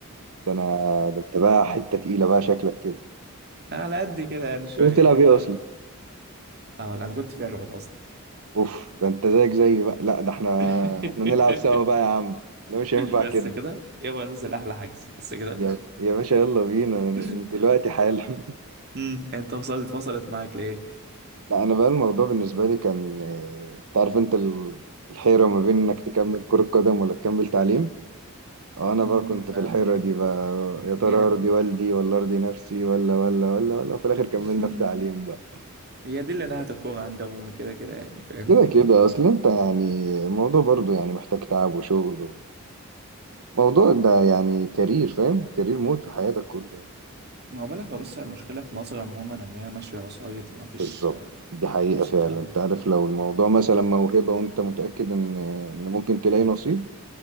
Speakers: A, on the right; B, on the right.
A: ده انا ده انت بقى حتة تقيلة بقى شكلك كده
B: على قد كده يعني شوية
A: كنت بتلعب
B: انت
A: ايه اصلا
B: اه انا كنت في اغبط اصلا
A: اوف ده انت زيك زي بقى لا ده احنا
B: <laughs>
A: احنا نلعب سوا بقى يا عم لا مش هينفع
B: بس
A: كده
B: كده يلا ننزل احلى حجز بس كده
A: يا يا باشا يلا بينا من
B: <laughs>
A: دلوقتي حالا
B: امم انت وصلت وصلت معاك ليه
A: <laughs> لا انا بقى الموضوع بالنسبة لي كان آه، انت عارف انت ال- الحيرة ما بين انك تكمل كرة قدم ولا تكمل تعليم اه انا
B: امم
A: بقى كنت في
B: آه،
A: الحيرة دي بقى يا ترى
B: هي
A: ارضي والدي ولا ارضي نفسي ولا ولا ولا ولا في الاخر كملنا
B: <laughs>
A: في تعليم بقى
B: هي دي اللي نهت الكورة عندي عموما كده كده يعني فاهم
A: كده كده اصل انت يعني الموضوع برضو يعني محتاج تعب وشغل وموضوع ده يعني كارير فاهم كارير مود في حياتك كله يعني
B: ما هو بالك هو بص المشكلة في مصر عموما ان هي ماشية وسايط ما فيش
A: بالظبط
B: ما
A: دي حقيقة
B: فيش
A: فعلا
B: الكلام
A: انت
B: ده
A: عارف لو الموضوع مثلا موهبة وانت متأكد ان ان ممكن تلاقي نصيب